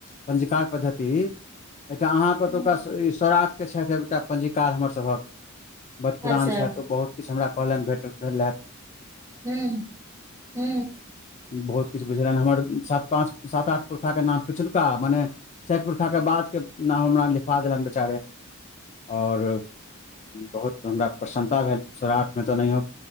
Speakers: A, on the left; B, on the right.
A: पञ्जिकार पद्धति एहिठाम अहाँके ओतुका
B: हूँ
A: ई स्रठके छथि एकटा पञ्जीकार हमरसभक। बड़ पुरान
B: अच्छा
A: छथि ओ बहुत किछु हमरा कहलनि भेट भेल रहैथ।
B: हूं हूं।
A: बहुत किछु बुझेलनि हमर सात पाँच सात आठ पुरखाक के नाम पिछुलका मने। सैपुर खाके बादके नाम हमरा लिखबा देलनि बेचारे। आओर बहुत हमरा प्रसन्नता भेल। सोराठ मे तऽ नहियो